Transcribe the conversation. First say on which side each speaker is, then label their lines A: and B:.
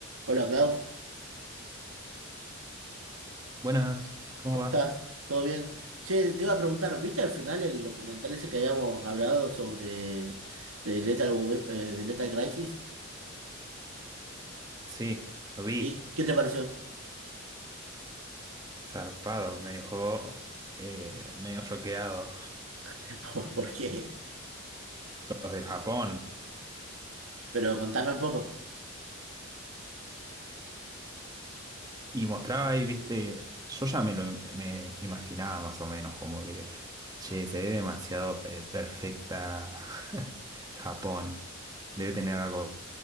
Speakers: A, on the right; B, on the right.
A: Hola Klaus,
B: Buenas, ¿cómo
A: ¿cómo
B: va?
A: estás? ¿Todo bien? Che, te iba a preguntar, ¿viste al final el documental ese que habíamos hablado sobre de Lethal, Wep- eh, de Lethal Crisis?
B: Sí, lo vi,
A: ¿Y qué te pareció?
B: zarpado, me dejó eh, medio choqueado.
A: <laughs> ¿Por, por qué?
B: Los de Japón.
A: Pero contame un poco.
B: Y mostraba ahí, viste, yo ya me lo me imaginaba más o menos, como que, che, se ve demasiado eh, perfecta <laughs> Japón. Debe
A: Mm.
B: tener algo